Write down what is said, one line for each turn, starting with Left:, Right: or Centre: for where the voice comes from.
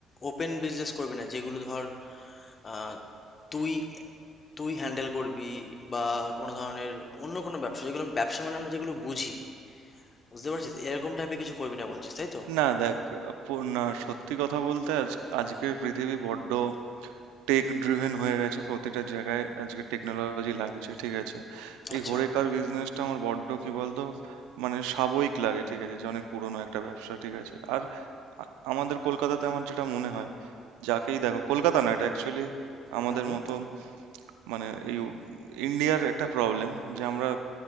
Left: ওপেন বিজনেস করবি না যেগুলো ধর আহ, তুই তুই হ্যান্ডেল করবি বা কোনো ধরনের অন্য কোনো ব্যবসা যেগুলো ব্যবসা মানে আমরা যেগুলো বুঝি বুঝতে পারছিস এরকম টাইপের কিছু করবি না বলছিস তাই তো
Right: না দেখ পো- না সত্যি কথা বলতে আজ আজকের পৃথিবী বড্ড টেক ড্রিভেন হয়ে গেছে প্রতিটা জায়গায় আজকে টেকনোলজি লাগছে ঠিক আছে এই
Left: আচ্ছা
Right: হরেকার বিজনেসটা আমার বড্ড কি বলতো মানে সাবয়িক লাগে ঠিক আছে যে অনেক পুরনো একটা ব্যবসা ঠিক আছে আর আ- আমাদের কলকাতাতে আমার যেটা মনে হয় যাকেই দেখো কলকাতা না এটা অ্যাকচুয়ালি আমাদের
Left: হুম হুম
Right: মতো মানে এই ইন্ডিয়ার একটা প্রবলেম যে আমরা